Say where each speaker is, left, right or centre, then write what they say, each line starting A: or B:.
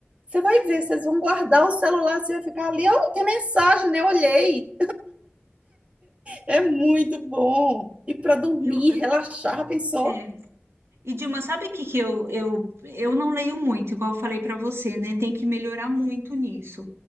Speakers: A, on the right; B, on the right.
A: Você vai ver, vocês vão guardar o celular, você vai ficar ali, ó, tem mensagem, né? Olhei. É muito bom. E para dormir,
B: E eu,
A: relaxar, pensou?
B: é. E Dilma, sabe o que que eu, eu, eu não leio muito, igual eu falei para você, né? Tem que melhorar muito nisso.